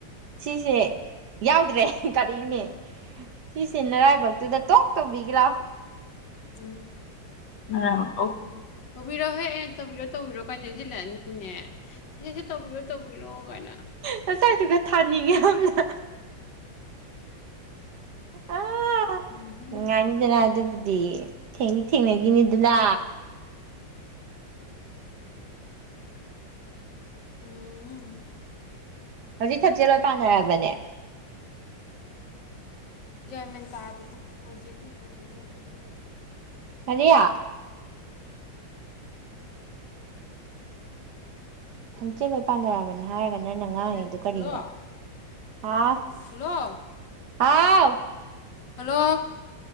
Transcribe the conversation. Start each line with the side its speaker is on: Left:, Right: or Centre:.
Right: ꯁꯤꯁꯦ ꯌꯥꯎꯗ꯭ꯔꯦ ꯀꯔꯤꯅꫭꯅꯦ ꯁꯤꯁꯦ ꯅꯔꯥꯏꯕꯛꯇꯨꯗ ꯇꯣꯛ ꯇꯧꯕꯤꯒꯦ ꯂꯥꯎ
Left: ꯎꯝ ꯅꯔꯥꯏꯕꯛ ꯇꯣꯛ ꯇꯧꯕꯤꯒꯦ ꯂꯥꯎ ꯇꯧꯕꯤꯔꯣꯍꯦ ꯑꯦ ꯇꯧꯕꯤꯔꯣ ꯇꯧꯕꯤꯔꯣ ꯀꯥꯏꯇ ꯁꯤꯜꯂꯑꯅꯤ ꯏꯅꯦ ꯁꯦ ꯁꯦ ꯇꯧꯕꯤꯔꯣ ꯇꯧꯕꯤꯔꯣ ꯀꯥꯏꯅ
Right: ꯅꯁꯛꯇꯨꯒ ꯊꯥꯅꯤꯡꯉꯦ ꯌꯥꯝꯅ ꯑꯥ
Left: ꯎꯝꯍꯨꯝ
Right: ꯅꯨꯡꯉꯥꯏꯅꯤꯗꯅ ꯑꯗꯨꯕꯨꯗꯤ ꯊꯦꯡꯗꯤ ꯊꯦꯡꯅꯈꯤꯅꯤꯗꯅ
Left: ꯎꯝ꯫
Right: ꯍꯧꯖꯤꯛ ꯊꯝꯆꯦꯠ ꯂꯣꯏ ꯄꯥꯟꯅꯔꯕꯅꯦ
Left: ꯒꯌ꯭ꯥꯟ ꯃꯦꯟ ꯇꯥꯗꯦꯗ ꯄ꯭ꯔꯣꯖꯦꯛꯀꯤ ꯄ꯭ꯔꯣꯖꯦꯛ ꯉꯥꯛꯇ ꯁꯤꯖꯤꯟꯅꯕꯅꯦ
Right: ꯀꯔꯤꯌꯥ ꯊꯝꯆꯦꯠ ꯂꯣꯏ ꯄꯥꯟꯅꯔꯕꯅꯦ ꯍꯥꯏꯔꯒ ꯅꯪꯅ ꯉꯥꯡꯉꯤꯗꯨ
Left: ꯑꯦ
Right: ꯀꯔꯤꯅꯣ
Left: ꯍꯜꯂꯣ
Right: ꯑꯥ
Left: ꯍꯜꯂꯣ
Right: ꯑꯥꯎ
Left: ꯍꯜꯂꯣ